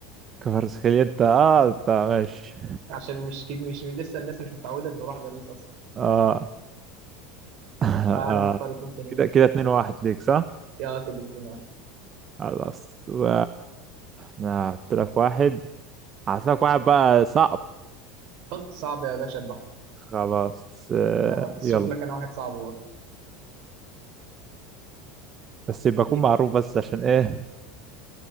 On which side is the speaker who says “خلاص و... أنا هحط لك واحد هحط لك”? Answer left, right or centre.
Right